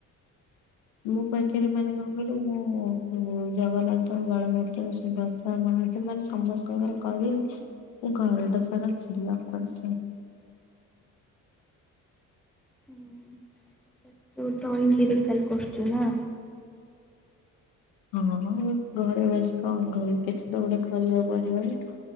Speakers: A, on the left; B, in the centre.
A: ମୋ ପାଖରେ ମାନେ କଣ? ରୁ ମୁଁ ଜଗନ୍ନାଥ ବଳଭଦ୍ର ସୁଭଦ୍ରା ମହାନ୍ତି ମାନେ ସମସ୍ତଙ୍କର କ ମୁଁ ଘରଟା ସାରା ଫିଲପ କରି
B: ହୁଁ ତା ହେଲେ ତୁ ଡ୍ରଇଂ ଧିରେ କରୁଛୁ ନା।
A: ହଁ ଘରେ ବସି କଣ କରିବି କିଛି ତ ଗୋଟେ କରିବାକୁ ପଡିବନା।